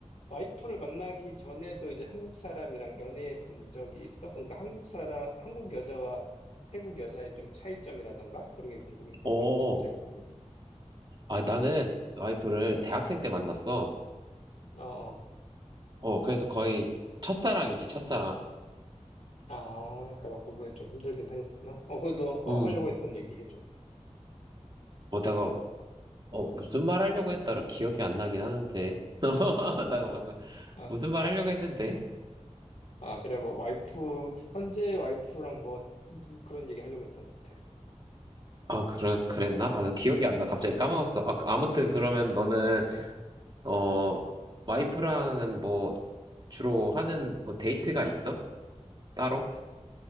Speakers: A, on the left; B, on the right.
A: 와이프를 만나기 전에도 이제 한국 사람이랑 연애해 본 적이 있어? 그러니까 한국 사람, 한국 여자와 태국 여자의 좀 차이점이라던가? 그런 게 궁금, 갑-
B: 어,
A: 갑- 갑자기 궁금했어.
B: 아, 나는 와이프를 대학생
A: 응.
B: 때 만났어.
A: 어, 어.
B: 어, 그래서 거의 첫사랑이지, 첫사랑.
A: 아, 그럼 구분이 좀 힘들긴 하겠구나. 어, 그래도, 어,
B: 음,
A: 하려고 했던 얘기 해줘.
B: 어다가 어, 무슨 말 하려고 했더라 기억이 안 나긴 하는데. <laughs>
A: 어,
B: 나
A: 어.
B: 방금
A: 아,
B: 무슨 말 하려고 했는데?
A: 아, 그래, 뭐, 와이프, 현재 와이프랑 뭐, 무- 그런 얘기 하려고 했던 것 같아.
B: 아, 그런, 그랬나? 아, 나 기억이 안 나. 갑자기 까먹었어. 아, 그- 아무튼 그러면 너는,
A: 어,
B: 어,
A: 어.
B: 와이프랑은 뭐, 주로 하는 뭐 데이트가 있어? 따로?